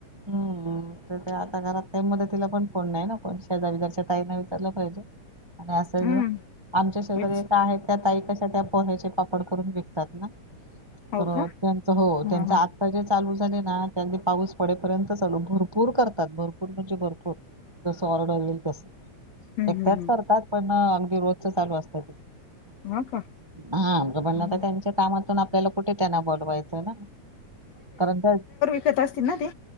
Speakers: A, on the right (about 45°); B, on the left (about 60°).
A: हम्म ते आता घरात काय मदतीला पण कोण नाही ना. कोण शेजार बिहारच्या ताईंना विचारलं पाहिजे आणि असं
B: हम्म
A: घेऊन आमच्या शेजारी
B: विच
A: एक आहेत. त्या ताई कशा त्या पोह्याचे पापड करून विकतात ना
B: हो
A: तर
B: का
A: त्यांच हो
B: हा
A: त्यांचं
B: हा
A: आ सजे चालू झाले ना त्यांनी पाऊस पडेपर्यंत चालू भरपूर करतात भरपूर म्हणजे भरपूर जसं ऑर्डर येईल तसं.
B: हम्म
A: एकट्याच
B: हम्म हम्म
A: करतात पण अगदी रोजचं चालू असतं ते.
B: हा का
A: हा हो पण
B: हम्म.
A: आता त्यांच्या कामातून आपल्याला कुठे त्यांना बोलवायचं ना कारण त्या
B: पेत असतील ना ते